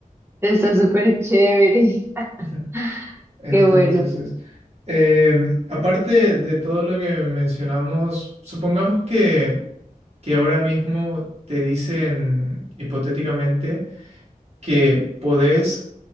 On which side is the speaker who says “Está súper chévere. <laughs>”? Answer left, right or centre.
Right